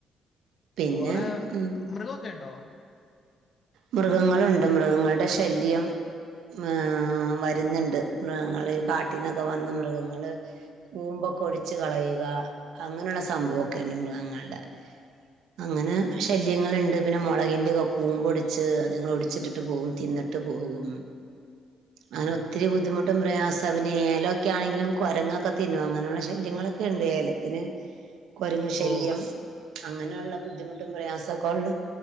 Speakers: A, on the right; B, on the left.
A: പിന്നെ
B: മൂവടെ
A: ഉം,
B: മൃഗൊക്കെണ്ടോ.
A: മൃഗങ്ങളുണ്ട് മൃഗങ്ങളുടെ ശല്യം. ഏഹ് വരുന്നുണ്ട് മൃഗങ്ങള് കാട്ടിന്നൊക്കെ വന്ന് മൃഗങ്ങള് കൂമ്പൊ കൊടിച്ചു കളയുക അങ്ങനെയുള്ള സംഭവൊക്കെണ്ട് മൃഗങ്ങൾടെ. അങ്ങനെ ശല്യങ്ങള്ണ്ട് പിന്നെ മുളകിന്റെ കൂമ്പൊടിച്ച് അതുങ്ങള് ഒടിച്ചിട്ടിട്ട് പോവും തിന്നിട്ട് പോകും. അങ്ങനെ
B: ആഹ്
A: ഒത്തിരി ബുദ്ധിമു ട്ടും പ്രയാസ പിന്നെ ഏലമൊക്കെ ആണെങ്കിലും കുരങ്ങൊക്കെ തിന്നും അങ്ങനെയുള്ള ശല്യങ്ങളൊക്കെ ഉണ്ട് ഏലത്തിന്. കൊരങ്ങ് ശല്യം
B: ഓ
A: അങ്ങനെയുള്ള ബുദ്ധിമുട്ടും പ്രയാസക്കൊള്ള